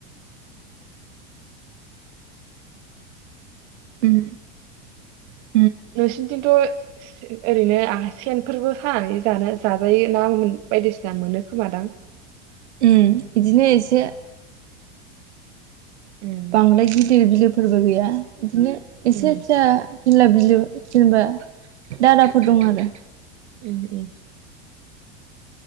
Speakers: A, on the right; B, on the right.
A: उम उम
B: नोंसिनिंथिंथ' ओरैनो आ सेनफोरबो सानानै जानो जाजायो ना बायदिसिना मोनो खोमादां?
A: उम बिदिनो एसे
B: उम
A: बांद्राय गिदिर बिलोफोरबो गैया। बिदिनो एसे
B: उम
A: फिसा बिला बिलो जेनबा दाराफोर दं आरो
B: उम उम